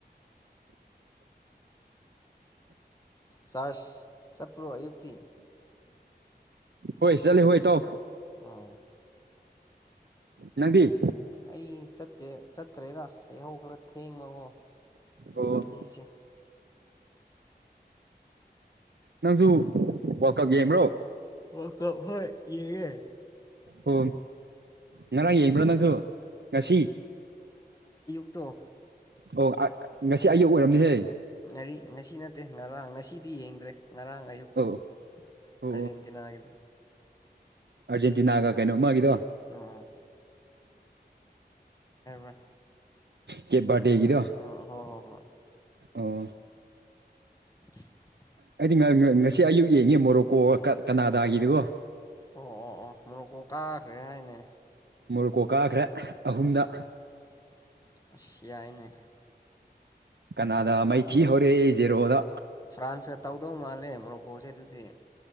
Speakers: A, on the left (about 20°); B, on the right (about 80°).
A: ꯆꯥꯔꯁ ꯆꯠꯄ꯭ꯔꯣ ꯑꯌꯨꯛꯇꯤ
B: ꯍꯣꯏ ꯆꯠꯂꯤ ꯍꯣꯏ ꯏꯇꯥꯎ
A: ꯑꯣ
B: ꯅꯪꯗꯤ
A: ꯑꯩ ꯆꯠ ꯆꯠꯈ꯭ꯔꯦꯗ ꯌꯍꯧ ꯈꯔ ꯊꯦꯡꯕꯒꯣ
B: ꯑꯣ
A: ꯉꯁꯤꯁꯦ
B: ꯅꯪꯁꯨ ꯋꯥ꯭ꯜꯀꯞ ꯌꯦꯡꯕ꯭ꯔꯣ
A: ꯑꯣ ꯍꯣꯏ ꯌꯦꯡꯉꯦ
B: ꯑꯣ ꯉꯔꯥꯡ ꯌꯦꯡꯕ꯭ꯔꯣ ꯅꯪꯁꯨ ꯉꯁꯤ
A: ꯇꯣ
B: ꯑꯣ ꯉꯁꯤ ꯑꯌꯨꯛ ꯑꯣꯏꯔꯝꯅꯤꯍꯦ
A: ꯉꯥꯔꯤ ꯉꯁꯤ ꯅꯠꯇꯦ ꯉꯔꯥꯡ ꯉꯁꯤꯗꯤ ꯌꯦꯡꯗ꯭ꯔꯦ ꯉꯔꯥꯡ ꯑꯌꯨꯛꯇꯣ
B: ꯑꯣ ꯑꯣ
A: ꯑꯔꯖꯦꯟꯇꯤꯅꯥ ꯒꯤꯗꯣ
B: ꯑꯔꯖꯦꯟꯇꯤꯅꯥꯒ ꯀꯩꯅꯣ ꯑꯃꯥꯒꯤꯗꯣ
A: ꯑꯣ <unintelligible>
B: ꯀꯦꯕꯥꯔꯇꯦ ꯒꯤꯗꯣ
A: ꯑꯣ ꯍꯣꯏ ꯍꯣꯏ ꯍꯣꯏ
B: ꯑꯣ
A: <inaudible>
B: ꯑꯩꯗꯤ ꯉꯁꯤ ꯑꯌꯨꯛ ꯌꯦꯡꯉꯦ ꯃꯣꯔꯣꯛꯀꯣ ꯀꯅꯥꯗꯥꯒꯤꯗꯨꯒꯣ
A: ꯑꯣ ꯑꯣ ꯑꯣ ꯃꯣꯔꯣꯀꯣ ꯀꯥꯈ꯭ꯔꯦ ꯍꯥꯏꯅꯦ
B: ꯃꯣꯔꯨꯀꯣ ꯀꯥꯈ꯭ꯔꯦ ꯑꯍꯨꯝꯗ
A: ꯎꯝ ꯁꯤ ꯌꯥꯏꯅꯦ
B: ꯀꯅꯥꯗ ꯃꯥꯏꯊꯤ ꯍꯧꯔꯦ ꯖꯦꯔꯣꯗ
A: ꯐ꯭ꯔꯥꯟꯁꯀ ꯇꯧꯗꯧ ꯃꯥꯜꯂꯦ ꯃꯣꯔꯣꯀꯣꯁꯦ ꯑꯗꯨꯗꯤ